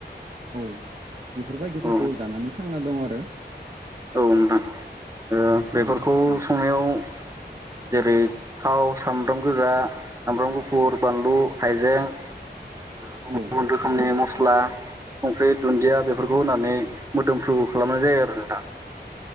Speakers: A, on the right (about 35°); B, on the right (about 15°).
A: औ बेफोरबायदिफोरखौ
B: औ
A: जानानै थांना दं आरो
B: औ नोंथां ओ बेफोरखौ
A: औ औ
B: संनायाव जेरै थाव सामब्राम गोजा सामब्राम गुफुर बानलु हाइजें <inaudible>
A: औ
B: रोखोमनि मस्ला संख्रि दुन्दिया बेफोरखौ होनानै मोदोमफ्रु खालामनाय जायो आरो नोंथां।